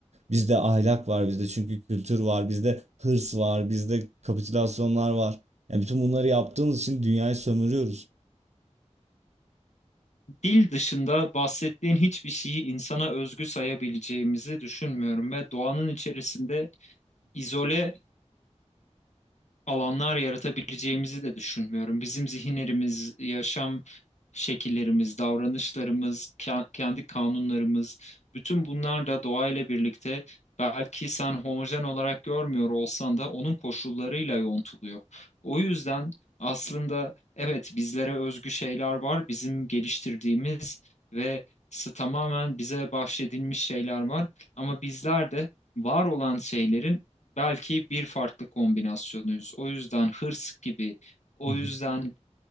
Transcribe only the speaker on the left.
Dil dışında bahsettiğin hiçbir şeyi insana özgü sayabileceğimizi düşünmüyorum ve doğanın içerisinde izole alanlar yaratabileceğimizi de düşünmüyorum. Bizim zihinlerimiz, yaşam şekillerimiz, davranışlarımız, ke- kendi kanunlarımız, bütün bunlar da doğayla birlikte belki sen homojen olarak görmüyor olsan da onun koşullarıyla yontuluyor. O yüzden aslında evet bizlere özgü şeyler var, bizim geliştirdiğimiz ve s- tamamen bize bahşedilmiş şeyler var ama bizler de var olan şeylerin belki bir farklı kombinasyonuyuz. O yüzden hırs gibi, o
yüzden